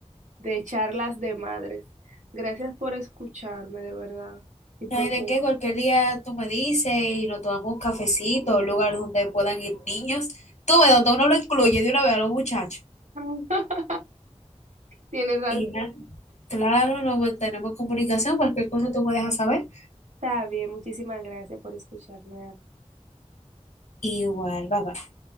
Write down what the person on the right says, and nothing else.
de charlas de madres. Gracias por escucharme, de verdad. Y por...
<laughs> Tienes razón.
Está bien, muchísimas gracias por escucharme.